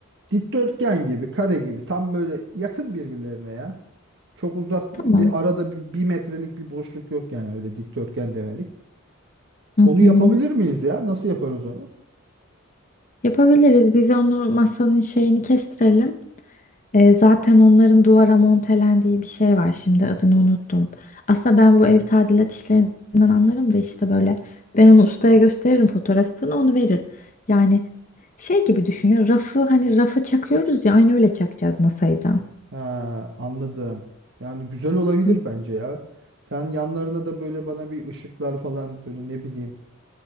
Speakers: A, on the right; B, on the left.
A: dikdörtgen gibi, kare gibi. Tam böyle yakın birbirlerine ya. Çok uzak
B: Tamam.
A: bir arada bir, bir metrelik bir boşluk yok yani öyle dikdörtgen demelik.
B: Hı
A: Onu yapabilir
B: hı.
A: miyiz ya? Nasıl yaparız onu?
B: Yapabiliriz. Biz onu masanın şeyini kestirelim. Ee, zaten onların duvara montelendiği bir şey var şimdi. Adını unuttum. Aslında ben bu ev tadilat işlerinden anlarım da işte böyle. Ben onu ustaya gösteririm fotoğrafını onu verir. Yani şey gibi düşün ya rafı hani rafı çakıyoruz ya aynı öyle çakacağız masayı da.
A: Ha, anladım. Yani güzel olabilir
B: Hı,
A: bence ya. Sen yanlarına da böyle bana bir ışıklar falan böyle ne bileyim